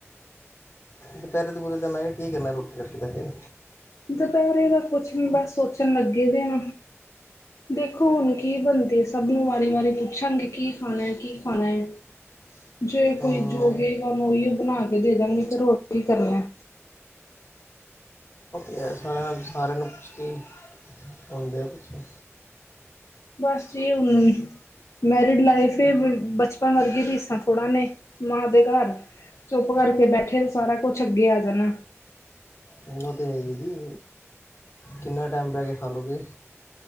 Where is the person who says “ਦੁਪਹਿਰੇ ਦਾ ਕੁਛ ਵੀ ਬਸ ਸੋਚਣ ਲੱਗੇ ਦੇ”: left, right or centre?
Left